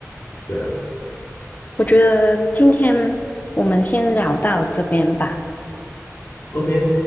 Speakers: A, on the left (about 50°); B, on the left (about 30°).
A: 对啊
B: 我觉得今天我们先聊到这边吧。
A: ，OK，